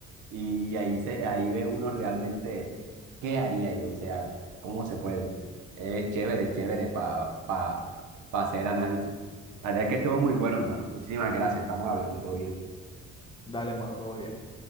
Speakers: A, on the right; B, on the left.
A: Y, y ahí se, ahí ve uno realmente qué haría yo, o sea, cómo se puede. Es chévere, chévere para pa, pa pa hacer el análisis. La verdad es que estuvo muy bueno, hermano. Muchísimas gracias, estamos hablando, todo bien.
B: Dale, hermano, todo bien.